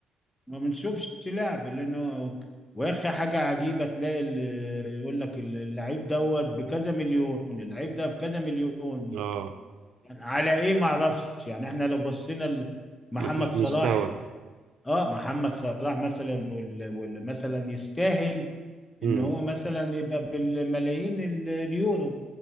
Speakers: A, on the left; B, on the right.
A: ما بنشوفش لعب لانه واخي حاجه عجيبه تلاقي ال- يقول لك ال- اللعيب دوت بكذا مليون اللعيب ده بكذا مليون
B: اه
A: يعني على ايه ما اعرفش يعني احنا لو بصينا ل- محمد
B: مفيش
A: صلاح
B: مستوى
A: اه محمد صلاح مثلا وال- وال- مثلا يستاهل ان
B: امم
A: هو مثلا يبقى بالملايين ال- اليورو